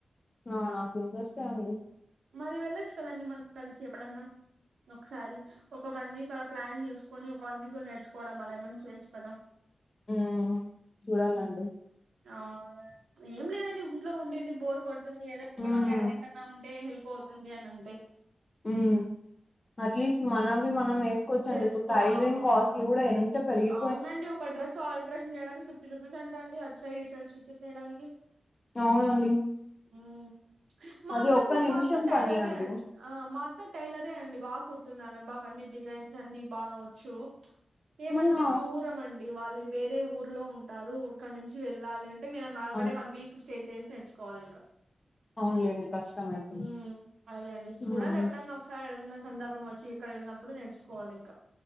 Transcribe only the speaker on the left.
ఆ నాక్ ఇంట్రెస్టే అండి,
ఉమ్ చూడాలండి,
మ్మ్
ఉమ్ అట్లీస్ట్ మనవి మనమేస్ కోచ్చండి,
ఇప్పుడు టైలరింగ్
కాస్ట్లు
కూడా ఎంత పెరిగి
అవునండి
అది
ఒక్క నిమిషం
పని అండి
మళ్ళా
అవును
అవునులేండి కష్టం అయితుంది
మ్మ్